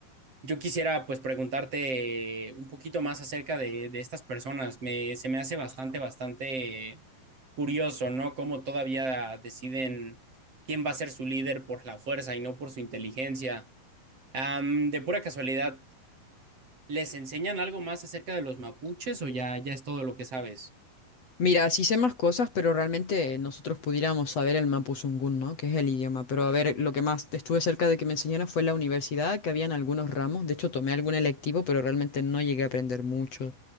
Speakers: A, on the right; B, on the left.
A: Yo quisiera pues preguntarte un poquito más acerca de, de estas personas. Me, se me hace bastante, bastante curioso, ¿no? Cómo todavía deciden quién va a ser su líder por la fuerza y no por su inteligencia. Am, de pura casualidad, ¿les enseñan algo más acerca de los mapuches o ya, ya es todo lo que sabes?
B: Mira, sí sé más cosas, pero realmente nosotros pudiéramos saber el mapuzungún, ¿no? Que es el idioma. Pero a ver, lo que más estuve cerca de que me enseñaran fue la universidad, que habían algunos ramos. De hecho, tomé algún electivo, pero realmente no llegué a aprender mucho.